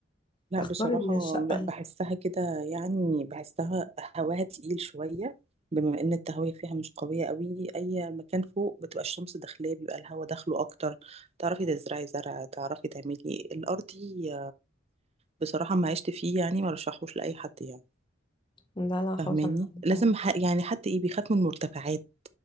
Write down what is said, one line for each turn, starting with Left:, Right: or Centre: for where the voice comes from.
Right: لا
Left: اختار
Right: بصراحة
Left: الشقه
Right: ب-
Left: ال-
Right: بحسها كده يعني بحسها هواها تقيل شوية بما ان التهوية فيها مش قوية قوي اي مكان فوق بتبقى الشمس داخلاه بيبقى الهوا داخله اكتر تعرفي تزرعي زرع تعرفي تعملي الارضي بصراحة ما عشت فيه يعني ما رشحوش لأي حد يعني
Left: لا لا خلاص
Right: فاهماني
Left: انا
Right: لازم
Left: هعمل.
Right: ح... يعني حتى ايه بيخاف من المرتفعات